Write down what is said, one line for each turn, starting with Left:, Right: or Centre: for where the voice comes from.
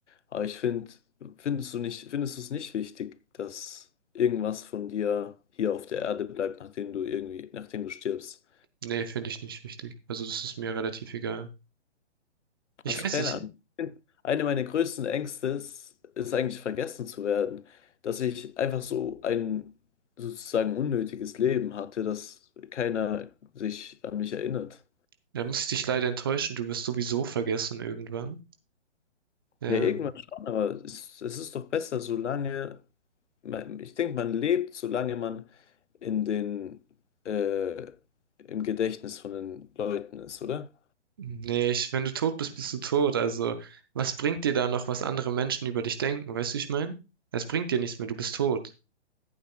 Left: Aber ich finde, findest du nicht, findest du es nicht wichtig, dass irgendwas von dir hier auf der Erde bleibt, nachdem du irgendwie, nachdem du stirbst?
Right: Nee, finde ich nicht wichtig. Also das ist mir relativ egal. Ich
Left: Hast
Right: weiß
Left: du keine
Right: nicht,
Left: Ahnung? Eine meiner größten Ängste ist, ist eigentlich vergessen zu werden, dass ich einfach so ein sozusagen unnötiges Leben hatte, dass keiner sich an mich erinnert.
Right: da muss ich dich leider enttäuschen, du wirst sowieso vergessen irgendwann. Ähm,
Left: Ja, irgendwann schon, aber es, es ist doch besser, solange, man, ich denke, man lebt, solange man in den, äh, im Gedächtnis von den Leuten ist, oder?
Right: nee, ich, wenn du tot bist, bist du tot. Also, was bringt dir da noch, was andere Menschen über dich denken? Weißt du, wie ich meine? Es bringt dir nichts mehr, du bist tot.